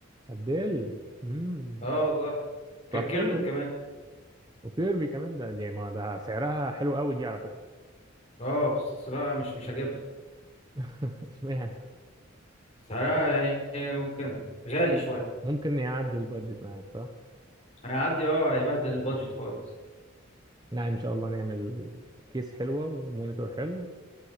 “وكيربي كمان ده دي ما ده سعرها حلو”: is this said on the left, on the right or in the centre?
Right